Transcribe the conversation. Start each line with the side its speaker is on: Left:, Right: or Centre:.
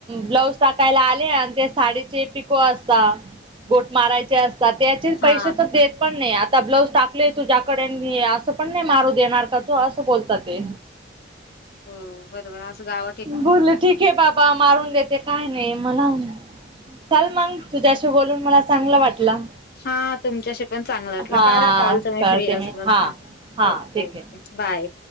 Right: ब्लाऊज टाकायला आले आणि ते साडीचे पिको असता गोट मारायचे असता त्याचे
Left: हा
Right: पैसे तर देत पण नाही आता ब्लाऊज टाकलंय तुझ्याकडे मी असं पण नाही मारू देणार का तू असं बोलत ते
Left: हो बरोबर असं गावात
Right: बोल्ले ठीक आहे बाबा मारून देते काय नाही मला चल मंग तुझ्याशी बोलून मला चांगलं वाटलं
Left: हां तुमच्याशी पण चांगलं वाटलं
Right: हा
Left: करा कॉल तुम्ही
Right: करते
Left: फ्री
Right: मी
Left: असलात
Right: हा
Left: का
Right: हा
Left: ओके
Right: ठीक
Left: ओके
Right: आहे
Left: बाय